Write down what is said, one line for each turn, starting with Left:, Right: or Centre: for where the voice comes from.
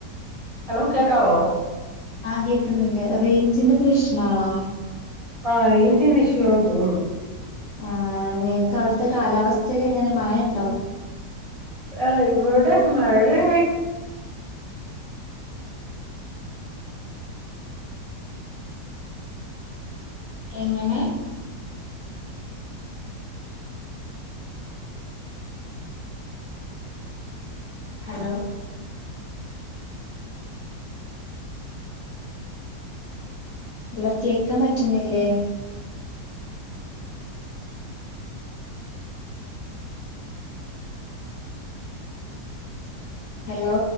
Right: ഹലോ കേക്കാവോ
Left: ആ കേക്കുന്നുണ്ട് റേഞ്ചിന്റെ പ്രശ്നാണോ
Right: ആഹ് റേഞ്ചിന്റെ ഇഷ്യൂ ആന്ന് തോന്നുന്നു
Left: ആഹ് നിങ്ങക്ക് അവിടുത്തെ കാലാവസ്ഥക്ക എങ്ങനെ മഴണ്ടോ
Right: ആഹ് ഇവിടെ മഴയായി
Left: എങ്ങനെ ഹലോ ഹലോ കേക്കാൻ പറ്റുന്നില്ലേ ഹലോ